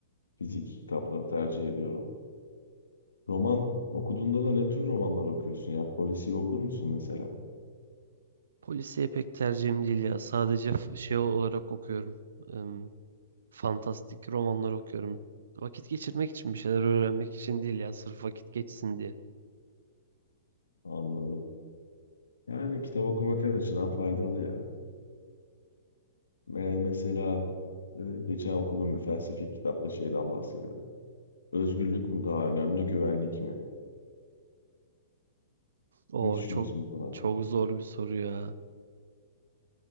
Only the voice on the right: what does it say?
Polisiye pek tercihim değil ya. Sadece f- şey olarak okuyorum. Em, fantastik romanlar okuyorum. Vakit geçirmek için bir şeyler öğrenmek için değil ya. Sırf vakit geçsin diye.
O
çok
çok zor bir soru ya.